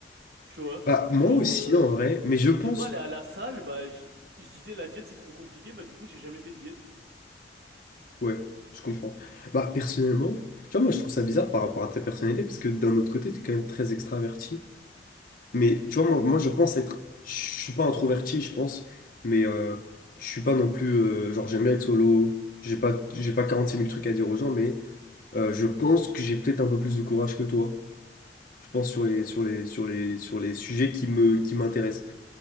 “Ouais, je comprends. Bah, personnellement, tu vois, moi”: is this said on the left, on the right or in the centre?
Left